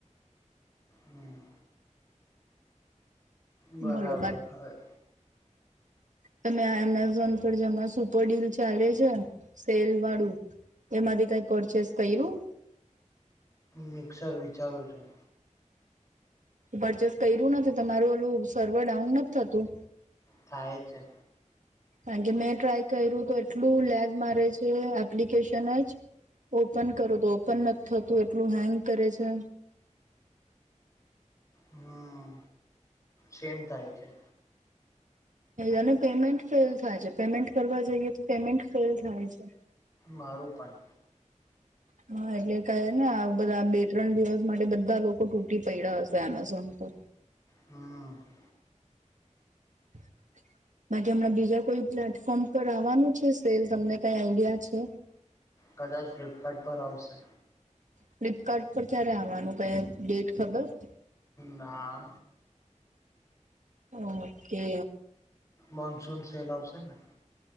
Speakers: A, on the left; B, on the right.
A: હમ બરાબર
B: બોલો બા
A: હ
B: તમે એમેઝોન પર જમણા સુપરડીલ ચાલે છે સેલ વાળું એમાથી કઈ પર્ચેસ કયું
A: મિક્સર વિચારું છું
B: પરચેસ કર્યું નથી તમારું ઓલું સર્વર ડાઉન નથી થતું
A: થાય છે
B: કાર કે મેં ટ્રાય કર્યું તો એટલું લેઝ મારે છે એપ્લિકેશન જ ઓપન કરો તો ઓપન નથી થતું એટલું હેંગ કરે છે
A: હા સેમ થાય છે
B: અને પેમેન્ટ ફેલ થાય છે પેમેન્ટ કરવા જઈએ તો પેમેન્ટ ફેલ થાય છે
A: મારું પણ
B: હમ હા એટલે ને આ બધા બે ત્રણ દિવસ માટે બધા લોકો તૂટી પડ્યા હશે એમેઝોન પર
A: હમ
B: હ બાકી હમણાં બીજા કોઈ પ્લેટફોર્મ પર આવવાનું છે સેલ્સ તમને કઈ આઈડિયા છે
A: કદાચ ફ્લિપકાર્ટ પર આવશે
B: ફ્લિપકાર્ટ પર ત્યારે આવવાનું ડેટ ખબર
A: ના
B: ઓકે
A: મોનસૂન ફલ આવશે ને